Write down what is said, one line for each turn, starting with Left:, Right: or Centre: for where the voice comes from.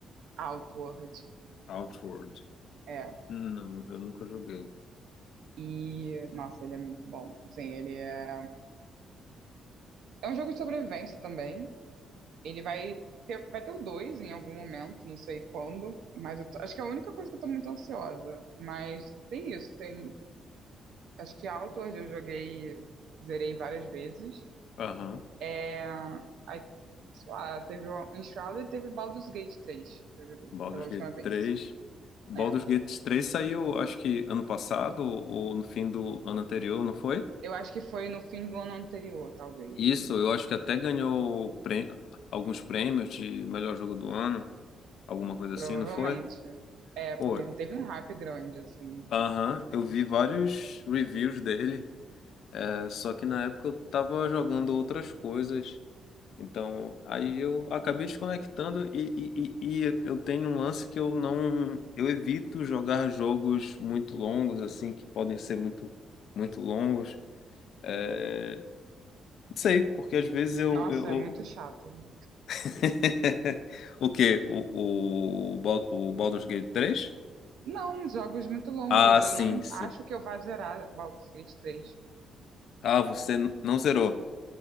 Right: Outward,
Left: Outward.
Right: é.
Left: Não, eu nunca joguei.
Right: E, nossa, ele é muito bom. Assim, ele é... É um jogo de sobrevivência também. Ele vai ter, vai ter o 2 em algum momento, não sei quando. Mas eu tô- acho que é a única coisa que eu tô muito ansiosa. Mas tem isso, tem... Acho que Outward eu joguei, zerei várias vezes.
Left: Aham.
Right: É, aí, sei lá, teve o Enshrouded e teve Baldur's Gate 3, que eu joguei
Left: Baldur's
Right: pela última
Left: Gate
Right: vez,
Left: 3.
Right: assim.
Left: Baldur's
Right: É,
Left: Gate 3 saiu, acho que ano passado ou no fim do ano anterior, não foi?
Right: eu acho que foi no fim do ano anterior, talvez,
Left: Isso,
Right: hein?
Left: eu acho que até ganhou prê- alguns prêmios de melhor jogo do ano, alguma coisa
Right: Provavelmente.
Left: assim, não foi?
Right: É, porque
Left: Pô,
Right: teve um hype grande, assim.
Left: Aham, eu vi vários reviews dele, é, só que na época eu tava jogando outras coisas, então aí eu acabei desconectando e, e, e, e eu tenho um lance que eu não, eu evito jogar jogos muito longos, assim, que podem ser muito, muito longos, é, não sei, porque às vezes eu,
Right: Nossa,
Left: eu, eu-
Right: é muito chato.
Left: <laughs> O quê? O, o, Bal- o Baldur's Gate 3?
Right: Não, jogos muito longos.
Left: Ah, sim,
Right: Eu não
Left: sim.
Right: acho que eu vá zerar Baldur's Gate 3.
Left: Ah, você n- não zerou.